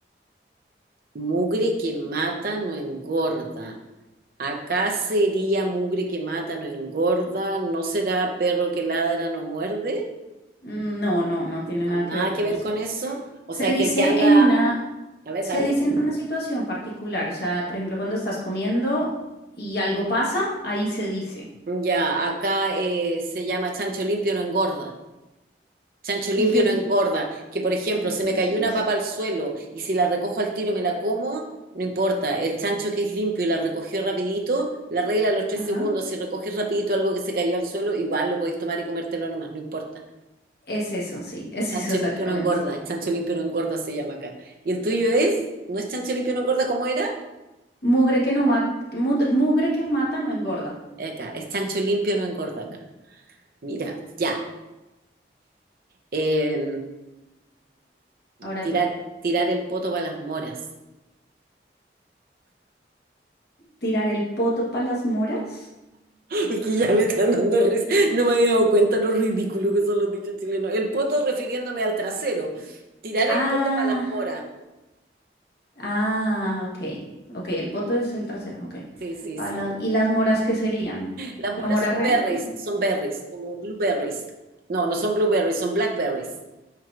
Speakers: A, on the right (about 50°); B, on the left (about 65°).
A: Mugre que mata no engorda. Acá sería mugre que mata no engorda. ¿No será perro que ladra no muerde?
B: Mm, No, no, no tiene
A: No,
B: nada
A: nada
B: que ver con
A: que ver
B: eso.
A: con eso. O
B: Se
A: sea,
B: dice
A: que el que anda...
B: en una,
A: A ver,
B: se
A: dale.
B: dice en una situación particular, o sea, por ejemplo, cuando estás comiendo y algo pasa, ahí se dice.
A: Ya, acá eh, se llama chancho limpio no engorda. Chancho limpio
B: ¿Y qué,
A: no
B: qui-
A: engorda. Que, por ejemplo,
B: y qué
A: se
B: quiere
A: me cayó
B: decir
A: una
B: eso?
A: papa al suelo y si la recojo al tiro y me la como, no importa. El chancho que es limpio y la recogió rapidito, la regla a los tres
B: Ajá.
A: segundos. Si recoges rapidito algo que se cayó al suelo, igual lo podéis tomar y comértelo nomás, no importa.
B: Es eso, sí, <laughs> es
A: Chancho
B: eso exactamente.
A: limpio no engorda. Chancho limpio no engorda se llama acá. ¿Y el tuyo es? ¿No es chancho limpio no engorda como era?
B: Mugre que no mata, mugre que mata no engorda.
A: Acá. Es chancho limpio no engorda acá. Mira, ya. Eh,
B: Ahora
A: tirar,
B: tú.
A: tirar el poto para las moras.
B: ¿Tirar el poto para las moras?
A: Es que ya me están dando risa. No me había dado cuenta lo ridículo que son los dichos chilenos. El poto refiriéndome al trasero. Tirar
B: Ah,
A: el poto para las moras.
B: ah, ok. Ok, el poto es el trasero, ok.
A: Sí, sí,
B: Pa'
A: sí.
B: la- ¿y las moras qué serían?
A: Las
B: ¿La
A: moras
B: mora
A: son
B: real?
A: berries,
B: o-
A: son berries, como blueberries. No, no son blueberries, son blackberries.